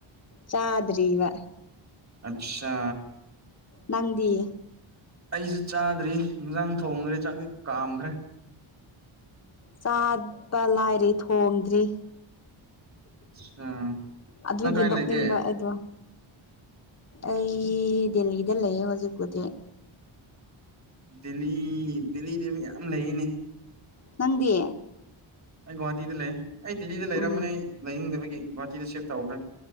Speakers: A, on the left (about 30°); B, on the right (about 30°).
A: ꯆꯥꯗꯔꯤꯕ
B: ꯑꯆꯥ
A: ꯅꯪꯗꯤ
B: ꯑꯩꯁꯨ ꯆꯥꯗ꯭ꯔꯤ ꯏꯟꯁꯥꯡ ꯊꯣꯡꯈ꯭ꯔꯦ ꯆꯥꯛꯁꯤ ꯀꯥꯝꯈ꯭ꯔꯦ
A: ꯆꯥꯕ ꯂꯥꯏꯔꯤ ꯊꯣꯡꯗ꯭ꯔꯤ
B: ꯑꯠꯆꯥ
A: ꯑꯗꯨꯒꯤꯗꯣꯛꯅꯤꯡꯕ
B: ꯅꯪ ꯀꯥꯏ ꯂꯩꯒꯦ
A: ꯑꯩꯗꯣ ꯑꯩ ꯗꯦꯍꯤꯗ ꯂꯩꯌꯦ ꯍꯧꯖꯤꯛꯄꯨꯗꯤꯛ
B: ꯗꯦꯜꯂꯤ ꯗꯦꯜꯂꯤꯗ ꯌꯥꯝꯌꯥꯝ ꯂꯩꯅꯦ
A: ꯅꯪꯗꯤ
B: ꯑꯩ ꯒꯧꯍꯥꯇꯤꯗ ꯂꯩ ꯑꯩ ꯦꯜꯂꯤꯗ ꯂꯩꯔꯝꯕꯅꯦ
A: ꯎꯝ
B: ꯑꯩ ꯂꯩꯅꯤꯡꯗꯕꯒꯤ ꯒꯨꯧꯍꯥꯇꯤꯗ ꯁꯤꯐ ꯇꯧꯈ꯭ꯔꯦ